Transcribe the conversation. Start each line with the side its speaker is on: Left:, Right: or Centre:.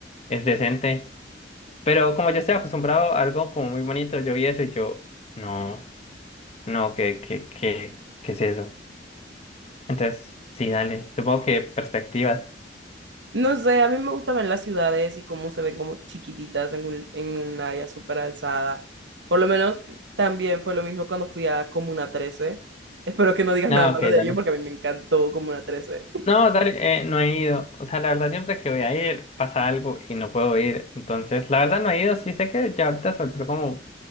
Left: es decente. Pero como yo estoy acostumbrado a algo como muy bonito, yo vi eso y yo, no, no, ¿qué, qué, qué, qué es eso? Entonces, sí, dale, supongo que perspectivas.
Right: No sé, a mí me gusta ver las ciudades y cómo se ven como chiquititas en un, en un área súper alzada. Por lo menos también fue lo mismo cuando fui a Comuna trece Espero que no digas
Left: Ah,
Right: nada malo
Left: ok,
Right: de
Left: dale.
Right: ello porque a mí me encantó Comuna trece
Left: No, dale, eh, no he ido. O sea, la verdad, siempre que voy a ir pasa algo y no puedo ir. Entonces, la verdad, no he ido. Sí sé que ya ahorita se volvió como